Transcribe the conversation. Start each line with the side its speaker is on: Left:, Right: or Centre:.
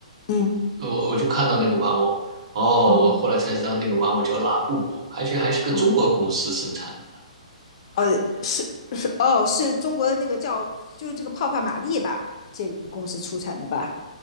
Left: 嗯
Right: 我我就看到那个玩偶，哦，
Left: 哦
Right: 我后来才知道那个玩偶叫拉布布，而且还是个中国公司生产的。
Left: 哦。呃，是是哦，是中国那个叫就是这个泡泡玛丽吧，这个公司出产的吧？